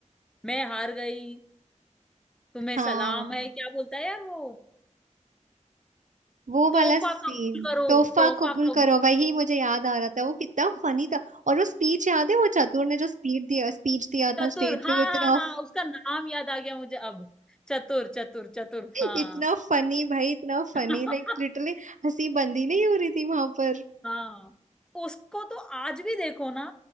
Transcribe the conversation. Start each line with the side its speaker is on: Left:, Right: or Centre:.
Centre: मैं हार गई तुम्हें
Right: हाँ
Centre: सलाम है क्या बोलता है यार वो
Right: वो वाला
Centre: तोहफा
Right: सीन
Centre: कबूल करो
Right: तोहफा
Centre: तोहफा
Right: कबूल
Centre: कबूल
Right: करो वही मुझे याद आ रहा था वो कितना फनी था और वो स्पीच याद है वो चतुर ने जो स्पीच दिया स्पीच दिया था
Centre: चतुर
Right: स्टेज
Centre: हाँ
Right: पे वो इतना
Centre: हाँ हाँ उसका नाम याद आ गया मुझे अब चतुर चतुर चतुर हाँ
Right: इतना फनी भाई इतना फनी
Centre: <laughs>
Right: लाइक लिटरली हंसी बंदी नहीं हो रही थी वहां पर
Centre: हाँ उसको तो आज भी देखो ना